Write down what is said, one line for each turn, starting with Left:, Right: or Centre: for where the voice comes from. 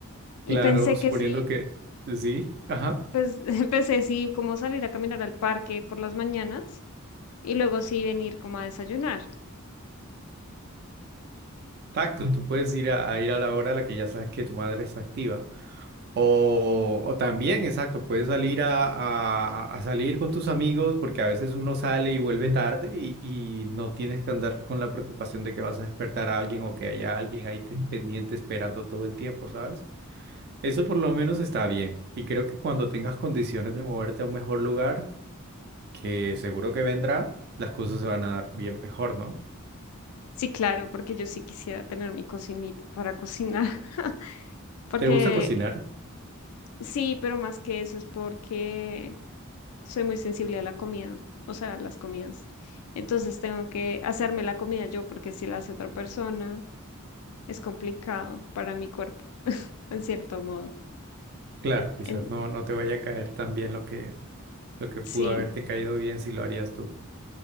Left: Y
Right: Claro,
Left: pensé
Right: Mm. suponiendo
Left: que sí,
Right: que sí, ajá,
Left: pues <laughs> pensé sí, como salir a caminar al parque por las mañanas y luego sí venir como a desayunar.
Right: exacto, tú puedes ir a, a ir a la hora a la que ya sabes que tu madre está activa. O, o también, exacto, puedes salir a, a- a salir con tus amigos porque a veces uno sale y vuelve tarde y, y no tienes que andar con la preocupación de que vas a despertar a alguien o que haya alguien ahí te- pendiente esperando todo el tiempo, ¿sabes? Eso por lo menos está bien. Y creo que cuando tengas condiciones de moverte a un mejor lugar, que seguro que vendrá, las cosas se van a dar bien mejor, ¿no?
Left: Sí, claro, porque yo sí quisiera tener mi cocinita para cocinar. <laughs> Porque
Right: ¿Te gusta cocinar?
Left: sí, pero más que eso es porque soy muy sensible a la comida, o sea, a las comidas. Entonces tengo que hacerme la comida yo, porque si la hace otra persona, es complicado para mi cuerpo, en cierto modo.
Right: Claro, quizás
Left: En-
Right: no, no te vaya a caer tan bien lo que, lo que pudo
Left: sí,
Right: haberte caído bien si lo harías tú.